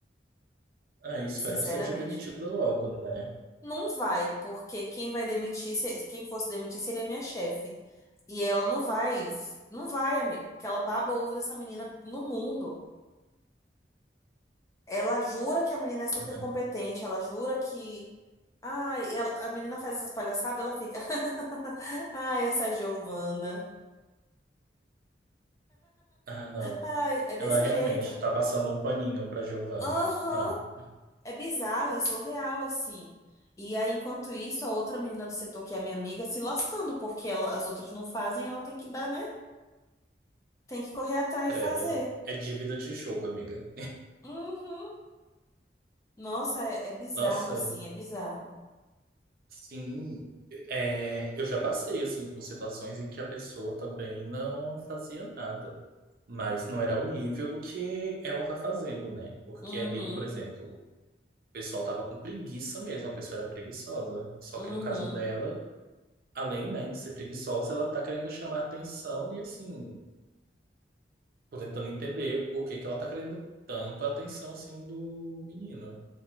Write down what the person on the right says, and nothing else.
Ah, espero
que seja demitida logo, né?
Ah,
Ah, não.
Ela realmente
tá passando um paninho pra Giovana.
Não,
credo.
É dívida de jogo, amiga.
Nossa,
sim. É, eu já passei, assim, por situações em que a pessoa também não fazia nada. Mas não era o nível do que ela tá fazendo, né? Porque
ali, por exemplo, o pessoal tava com preguiça mesmo, a pessoa era preguiçosa. Só
que no caso dela, além, né, de ser preguiçosa, ela tá querendo chamar atenção e, assim, Tô tentando entender por que que ela tá querendo tanto a atenção assim do menino.